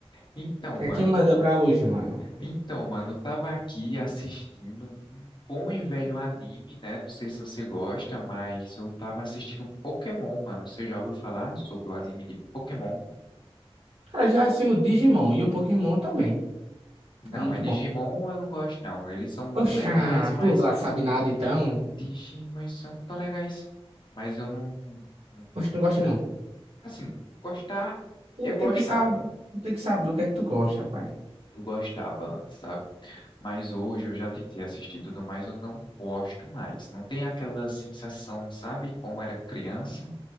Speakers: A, on the left; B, on the right.
A: Então,
B: que
A: mano,
B: é que manda pra hoje, mano?
A: então, mano, eu tava aqui assistindo um bom e velho anime, né? Não sei se você gosta, mas eu tava assistindo Pokémon, mano. Você já ouviu falar sobre o anime de Pokémon?
B: Cara, já sei o Digimon e o Pokémon também.
A: Não,
B: É muito
A: mas Digimon
B: bom.
A: eu não gosto, não. Eles são muito
B: Oxa,
A: legais, mas
B: tu lá sabe nada então?
A: Digimon são tão legais. Mas eu não, não-
B: Oxe, tu não gosta não.
A: assim, gostar,
B: Tu
A: eu gostava.
B: tem que saber, tu tem que saber o que é que tu gosta, rapaz.
A: Eu gostava antes, sabe? Mas hoje eu já tentei assistir tudo mais, eu não gosto mais. Não tem aquela sensação, sabe, como era criança?